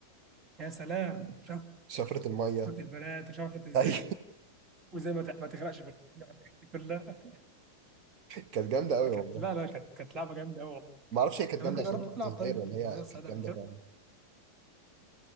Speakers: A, on the right; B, on the right.
A: يا سلام شفرة
B: شفرة المية
A: البنات وشفرة
B: <laughs>
A: ازاي
B: أي
A: وزي ما ت- ما تغرقش في الميه والحاجات دي كلها
B: كانت جامدة أوي والله
A: كانت لا لا كانت كانت لعبه جامده قوي والله
B: ما أعرفش هي كانت
A: طب
B: جامدة
A: انت جربت
B: عشان أنا كنت
A: تلعب
B: صغير
A: طيب
B: ولا
A: النظاره
B: هي
A: السعيده
B: كانت جامدة
A: قبل كده؟
B: فعلا